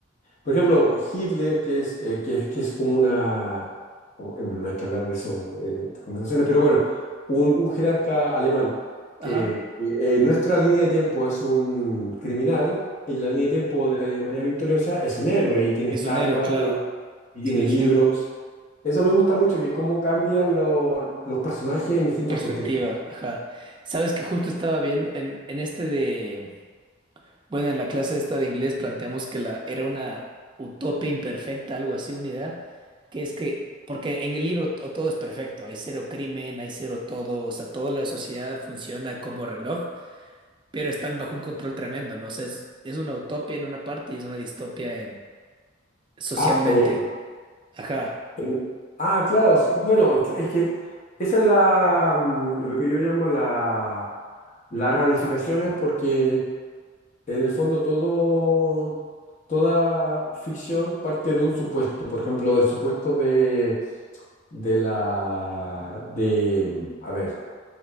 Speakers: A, on the left; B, on the right.
A: por ejemplo, Hitler, que es, eh, que, que es como una... o, eh, bueno, no hay que hablar de eso en estas conversaciones, pero bueno, un, un jerarca alemán que
B: Ajá.
A: eh, en nuestra línea de tiempo es un criminal, en la línea de tiempo de la Alemania victoriosa es un héroe y tiene
B: Es
A: estatua
B: un héroe, claro.
A: y, y tiene
B: Sí,
A: libros.
B: sí.
A: Eso me gusta mucho, que cómo cambian lo- los personajes en distintos
B: En perspectiva,
A: contextos.
B: ajá. Sabes que justo estaba viendo en, en este de. Bueno, en la clase esta de inglés planteamos que la, era una utopía imperfecta, algo así, una idea, que es que, porque en el libro to- todo es perfecto, hay cero crimen, hay cero todo, o sea, toda la sociedad funciona como reloj, pero están bajo un control tremendo, ¿no? O sea, es, es una utopía en una parte y es una distopia Socialmente.
A: Ah, eh,
B: Ajá.
A: Bueno, Ah, claro, sí, Bueno, es que esa es la, mm, lo que yo llamo la, las ramificaciones, porque en el fondo todo, toda ficción parte de un supuesto. Por ejemplo, el supuesto de, de la, de, mm, a ver,